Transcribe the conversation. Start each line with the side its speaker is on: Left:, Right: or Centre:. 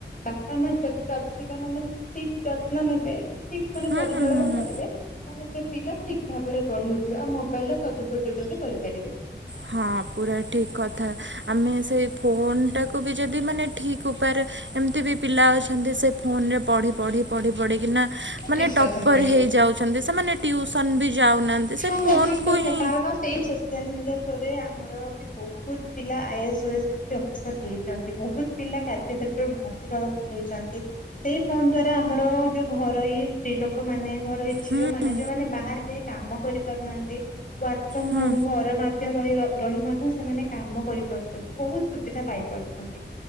Left: ବାପା ମା ଯଦି ପିଲାମାନଙ୍କୁ ଠିକ ଯତ୍ନ ନେବେ ଠିକ ମାନେ
Right: ହୁଁ
Left: ପରିଚାଳନା
Right: ହୁଁ ହୁଁ ହୁଁ
Left: କରିବେ। ତାହେଲେ ସେ ପିଲା ଠିକ ଭାବରେ ଗଢି ଉଠିବେ ଆଉ ମୋବାଇଲର ସଦୁପଯୋଗ ବି କରିପାରିବେ।
Right: ହଁ ପୁରା ଠିକ କଥା ଆମେ ସେଇ ଫୋନ ଟାକୁ ବି ଯଦି ମାନେ ଠିକ ଉପାୟରେ ଏମିତି ବି ପିଲା ଅଛନ୍ତି ସେ ଫୋନ ରେ ପଢି, ପଢି, ପଢି, ପଢିିକିନା
Left: ଠିକ
Right: ମାନେ ଟପର
Left: କଥା କହିଛ।
Right: ହେଇଯାଉଛି। ଛନ୍ତି ସେମାନେ ଟ୍ୟୁସନ ବି ଯାଉନାହାନ୍ତି।
Left: ହଁ,
Right: ସେ ଫୋନକୁ
Left: ହଁ ଠିକ କଥା
Right: ହିଁ
Left: କାରଣ ସେଇ ସୋସିଆଲ ମିଡ଼ିଆ ଥ୍ରୋ ରେ ଆମର ବି ବହୁତ ପିଲା ଆଇଏସ୍ ଓଏସ୍ ଅଫିସର ହେଇଛନ୍ତି ବହୁତ ପିଲା କାର୍ଯ୍ୟକ୍ଷେତ୍ରରେ ଉନ୍ନତିର ହେଇଛନ୍ତି। ସେଇ ଫୋନ ଦ୍ଵାରା ଆମର ଯୋଉ ଘରୋଇ ସ୍ତ୍ରୀ ଲୋକ ମାନେ ଘରୋଇ ଝିଅ
Right: ହୁଁ
Left: ମାନେ ଯୋଉଁମାନେ ବାହାରେ ଯାଇ କାମ କରି ପାରୁନାହାନ୍ତି ୱାର୍କ ଫ୍ରମ
Right: ହୁଁ
Left: ହୋମ ଘର ମା ମଧ୍ୟ ରହି, ରହି ମଧ୍ୟ ସେମାନେ କାମ କରିପାରୁଛନ୍ତି ବହୁତ ସୁବିଧା ପାଇପାରୁଛନ୍ତି।